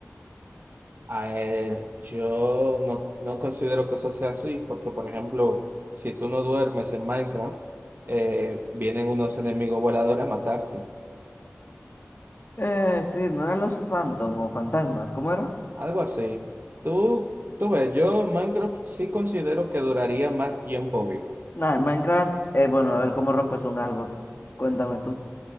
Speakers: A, on the right; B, on the left.
A: A ver, yo no, no considero que eso sea así, porque por ejemplo, si tú no duermes en Minecraft, eh, vienen unos enemigos voladores a matarte,
B: Eh, sí, no eran los Phantom o fantasmas, ¿cómo era?
A: algo así. Tú, tú ves, yo en Minecraft sí considero que duraría más tiempo vivo.
B: Nada, en Minecraft, eh, bueno, a ver cómo rompes un árbol. Cuéntame tú.